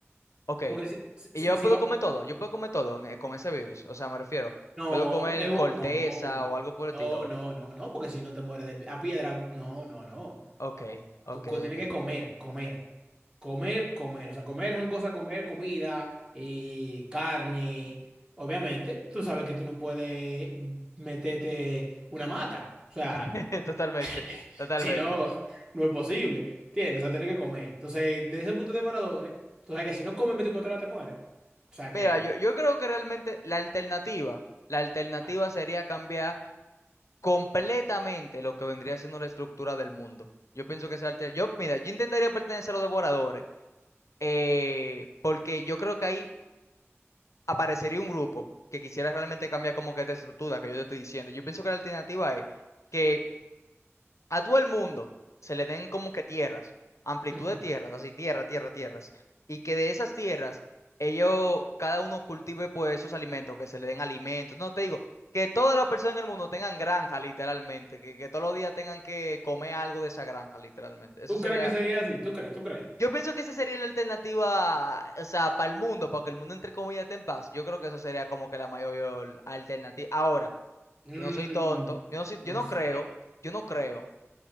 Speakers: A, on the left (about 80°); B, on the right (about 15°).
A: ok,
B: Porque si, si,
A: y
B: si-
A: yo
B: si
A: puedo
B: vamos...
A: comer todo, yo puedo comer todo en- con ese virus, o sea, me refiero,
B: No,
A: puedo comer
B: es un-
A: corteza
B: no,
A: o algo por el
B: no,
A: estilo.
B: no, no, no, porque si no te mueres de pi- a piedra, no, no, no,
A: Ok,
B: no.
A: ok,
B: Tú co- tienes
A: ok.
B: que comer, comer, comer, comer. O sea, comer son cosas, comer, comida, eh, carne. Obviamente, tú sabes que tú no puedes meterte una mata. O sea,
A: <laughs> Totalmente,
B: <laughs>
A: totalmente.
B: si no, no es posible. ¿Entiendes? O sea, tienes que comer. Entonces, desde ese punto de devoradores, tú sabes que si no comes 24 horas te mueres. O sea
A: Mira,
B: que,
A: yo, yo creo que realmente la alternativa, la alternativa
B: ah,
A: sería cambiar completamente lo que vendría siendo la estructura del mundo. Yo pienso que esa alter- Yo, mira, yo intentaría pertenecer a los devoradores, eh, porque yo creo que ahí aparecería un grupo que quisiera realmente cambiar como que esta estructura que yo te estoy diciendo. Yo pienso que la alternativa es que a todo el mundo se le den como que tierras, amplitud
B: ujú.
A: de tierras, así tierra, tierra, tierras, y que de esas tierras ellos, cada uno cultive pues sus alimentos, que se le den alimentos, no te digo, que todas las personas en el mundo tengan granja literalmente, que, que todos los días tengan que comer algo de esa granja literalmente, eso
B: ¿tú
A: sería...
B: crees que sería así? ¿Tú crees? ¿Tú crees?
A: Yo pienso que esa sería la alternativa, o sea, para el mundo, para que el mundo entre comillas esté en paz. Yo creo que eso sería como que la mayor alternativa. Ahora,
B: Mm,
A: yo no soy tonto, yo no soy-
B: no
A: yo no
B: sé,
A: creo, yo no creo